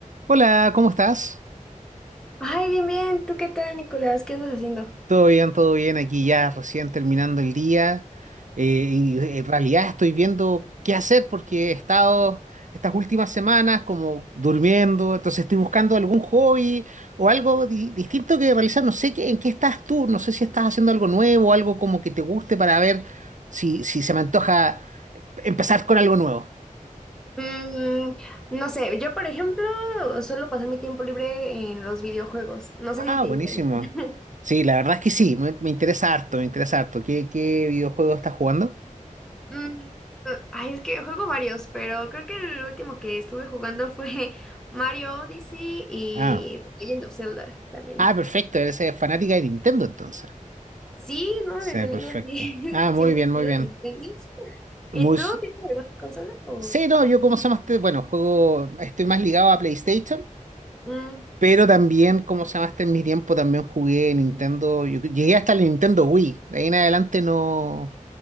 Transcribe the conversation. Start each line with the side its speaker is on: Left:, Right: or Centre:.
Right: Hola, ¿cómo estás?
Centre: Ay, bien, bien. ¿Tú qué tal, Nicolás? ¿Qué andas haciendo?
Right: Todo bien, todo bien. Aquí ya recién terminando el día. Eh, y eh, en realidad estoy viendo qué hacer porque he estado estas últimas semanas como durmiendo. Entonces estoy buscando algún hobby o algo di- distinto que realizar. No sé qué, en qué estás tú. No sé si estás haciendo algo nuevo, algo como que te guste para ver si, si se me antoja empezar con algo nuevo.
Centre: Mm, no sé, yo por ejemplo suelo pasar mi tiempo libre en los videojuegos. No sé
Right: Ah,
Centre: si te
Right: buenísimo.
Centre: interesa. <laughs>
Right: Sí, la verdad es que sí. Me, me interesa harto, me interesa harto. ¿Qué, qué videojuego estás jugando?
Centre: Mm, ay, es que juego varios, pero creo que el último que estuve jugando fue <laughs> Mario Odyssey y
Right: Ah.
Centre: The Legend of Zelda también.
Right: Ah, perfecto, eres eh, fanática de Nintendo entonces.
Centre: Sí, ¿no?
Right: Sí,
Centre: Desde
Right: perfecto.
Centre: niña sí.
Right: Ah,
Centre: <laughs>
Right: muy
Centre: Siempre
Right: bien,
Centre: he tenido
Right: muy bien.
Centre: Nintendo. <laughs>
Right: Muy...
Centre: ¿Y tú
Right: s-
Centre: tienes alguna consola o...?
Right: Sí, no, yo como se llama este, bueno, juego, estoy más ligado a PlayStation,
Centre: Mm,
Right: pero también como se llama este en mi tiempo también jugué Nintendo, yo llegué hasta el Nintendo Wii, de ahí en adelante no,